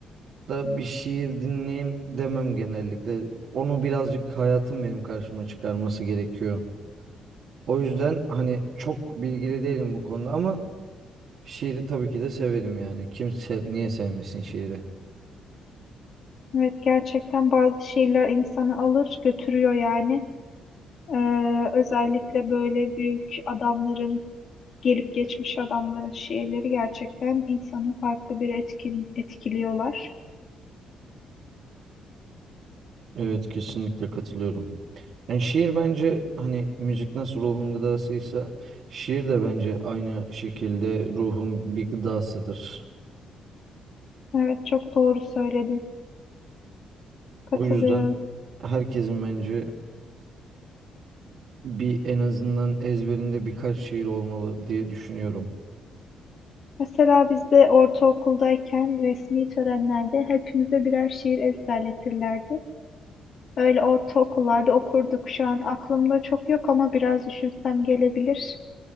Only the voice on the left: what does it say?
Evet gerçekten bazı şiirler insanı alır götürüyor yani. Ee, özellikle böyle büyük adamların gelip geçmiş adamların şiirleri gerçekten insanı farklı bir etkin etkiliyorlar.
Evet çok doğru söyledin. Katılıyorum.
Mesela biz de ortaokuldayken resmi törenlerde hepimize birer şiir ezberletirlerdi. Öyle ortaokullarda okurduk. Şu an aklımda çok yok ama biraz düşünsem gelebilir.